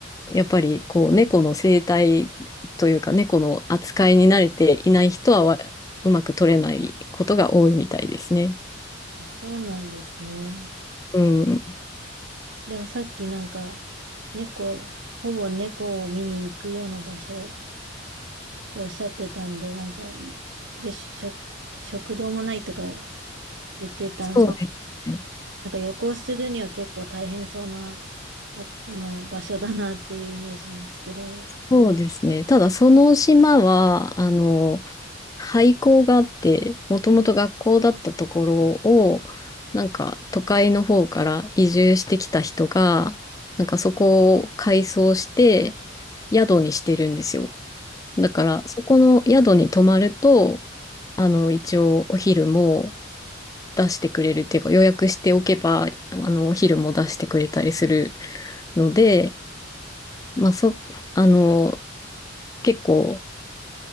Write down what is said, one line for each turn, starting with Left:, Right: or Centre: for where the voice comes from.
Left: やっぱりこう猫の生態というか猫の扱いに慣れていない人はわうまく取れないことが多いみたいですね。
Right: あそうなんですね。
Left: うん。
Right: でもさっきなんか猫、ほぼ猫を見に行くような場所っておっしゃってたんで、なんか、いで、食、食堂もないとか言ってたんで、
Left: そうですね。
Right: なんか旅行するには結構大変そうなあ、<laughs> あの、場所だなっていうイメージなんですけど。
Left: そうですね。ただその島は、あの、廃校があって、もともと学校だったところを、なんか都会の方から移住してきた人が、なんかそこを改装して宿にしてるんですよ。だからそこの宿に泊まると、あの、一応お昼も出してくれるっていうか予約しておけば、あの、お昼も出してくれたりするので、まあそ、あの、結構、